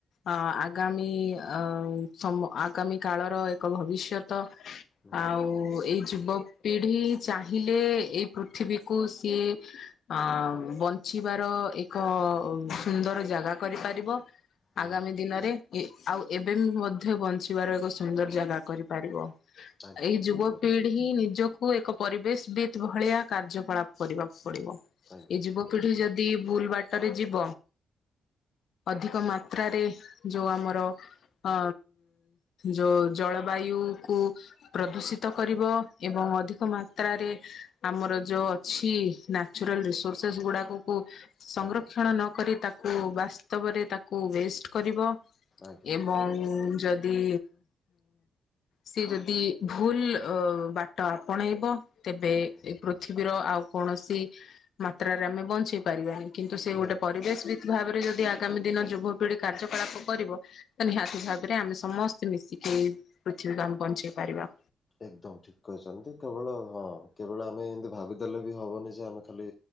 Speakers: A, on the left; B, on the left.
A: ଅ ଆଗାମୀ ଅ ସମ ଆଗାମୀ କାଳର ଏକ ଭବିଷ୍ୟତ
B: ହୁଁ
A: ଆଉ
B: ଆଜ୍ଞା
A: ଏଇ ଯୁବକପିଢି ଚାହିଁଲେ ଏଇ ପୃଥିବୀକୁ ସିଏ ଅ ବଞ୍ଚିବାର ଏକ ସୁନ୍ଦର ଜାଗା କରିପାରିବ।
B: ହୁଁ
A: ଆଗାମୀ ଦିନରେ। ଏ ଆଉ ଏବେ ବି ମଧ୍ୟ ବଞ୍ଚିବାର ଏକ ସୁନ୍ଦର ଜାଗା କରିପାରିବ।
B: ଆଜ୍ଞା
A: ଏଇ ଯୁବପିଢି
B: ଠିକ୍ କହୁଛନ୍ତି
A: ହିଁ ନିଜ କୁ ଏକ ପରିବେଶ ବିିତ ଭଳିଆ କାର୍ଯ୍ୟକଳାପ କରିବାକୁ ପଡିବ
B: ଆଜ୍ଞା
A: ଏ ଯୁବପିଢି
B: ଠିକ୍ ଅଛି
A: ଯଦି ଯଦି ଭୁଲ ବାଟରେ ଯିବ ଅଧିକ ମାତ୍ରାରେ ଯଉ ଆମର ଅ ଯୋଉ ଜଳବାୟୁ କୁ ପ୍ରଦୂଷିତ କରିବ ଏବଂ ଅଧିକ ମାତ୍ରାରେ ଆମର ଯୋଉ ଅଛି ନ୍ୟାଚୁରାଲ ରିସୋର୍ସେସ୍ ଗୁଡାକକୁ ସଂରକ୍ଷଣ
B: ଆଜ୍ଞା
A: ନକରି ତାକୁ ବାସ୍ତବରେ ତାକୁ ୱେଷ୍ଟ କରିବ।
B: ଆଜ୍ଞା
A: ଏବଂ
B: ଠିକ୍ କହିଛନ୍ତି
A: ଯ ଯଦି ସେ ଯଦି ଭୁଲ ବାଟ ଆପଣେଇବ ତେବେ
B: ହୁଁ ହୁଁ
A: ଏ ପୃଥିବୀର ଆଉ କୌଣସି ମାତ୍ରାରେ ଆମେ ବଞ୍ଚି ପାରିବାନି। କିନ୍ତୁ ସେ ଗୋଟେ
B: ନିହାତି
A: ପରିବେଶ
B: ନିହାତି
A: ବିତ ଭାବରେ ଯଦି ଆଗାମୀ ଦିନ ଯୁବପିଢ଼ି କାର୍ଯ୍ୟକଳାପ କରିବ ତ ନିହାତି ଭାବରେ ଆମେ ସମସ୍ତେ ମିଶିକି ପୃଥିବୀକୁ ଆମେ ବଞ୍ଚେଇ ପାରିବା।
B: ଏକଦମ ଠିକ। କହିଛନ୍ତି କେବଳ ହଁ କେବଳ ଆମେ ଏନ୍ତି ଭାବିଦେଲେ ବି ହବନି ଯେ ଆମେ ଖାଲି